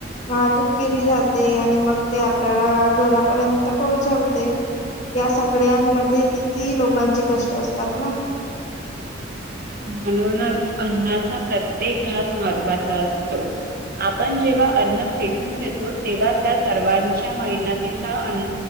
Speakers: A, on the left; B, on the right.
A: वाहतूक केली जाते आणि मग ते आपल्याला घरापर्यंत पोहोचवते या सगळ्यांमध्ये कित किती लोकांचे कष्ट असतात ना?
B: म्हणूनच अन्नाचा प्रत्येक घास महत्वाचा असतो आपण जेव्हा अन्न फेकून देतो तेव्हा त्या सर्वांच्या मेहनतीचा अन